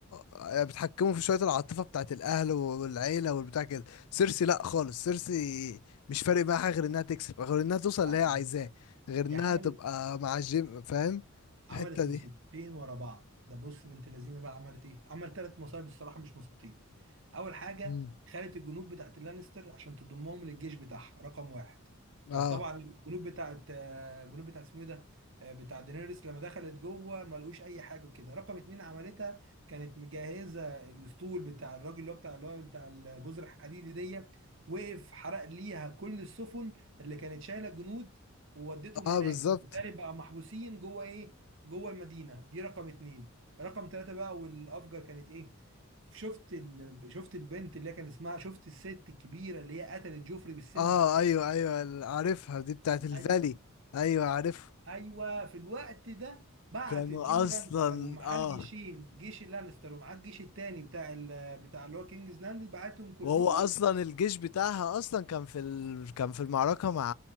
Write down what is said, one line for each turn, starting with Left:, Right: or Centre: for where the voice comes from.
Left: يعني بتحكمه في شويه العاطفه بتاعت الاهل والعيله والبتاع كده سيرسي لا خالص سيرسي مش فارق معاها غير انها تكسب غير انها توصل اللي
Right: آه،
Left: هي عايزاه غير
Right: دي
Left: انها
Right: عملت
Left: تبقى مع الجيم فاهم الحته
Right: عملت
Left: دي
Right: مصيبتين ورا بعض ده بص بنت لذينه بقى عملت ايه عمل ثلاث مصايب الصراحه مش مصيبتين اول حاجه
Left: مم.
Right: خدت الجنود بتاعت اللانستر عشان تضمهم للجيش بتاعها رقم واحد فطبعا
Left: اه
Right: الجنود بتاعت آه، الجنود بتاعت اسمه ايه ده آه، بتاع دينيريس لما دخلت جوه ما لقوش اي حاجه كده رقم اتنين عملتها كانت مجهزه الاسطول بتاع الراجل اللي هو بتاع اللي هو بتاع الجزر الحديدي دي وقف حرق ليها كل السفن اللي كانت شايله الجنود وودتهم
Left: اه
Right: هناك
Left: بالظبط
Right: فبالتالي بقى محبوسين جوه ايه جوه المدينه دي رقم اتنين رقم ثلاثه بقى والافجر كانت ايه شفت ال... شفت البنت اللي هي كان اسمها شفت الست الكبيره اللي هي قتلت جوفري بالسم
Left: اه ايوه ايوه عارفها دي بتاعت الفالي
Right: ايوه
Left: ايوه عارفها
Right: ايوه في الوقت ده بعت
Left: كانوا
Right: جيمي
Left: اصلا
Right: لانستر ومعاه
Left: اه
Right: الجيشين جيش اللانستر ومعاه الجيش التاني بتاع ال... بتاع اللي هو كينجز لاند بعتهم كلهم
Left: وهو اصلا الجيش بتاعها اصلا كان في ال... كان في المعركه مع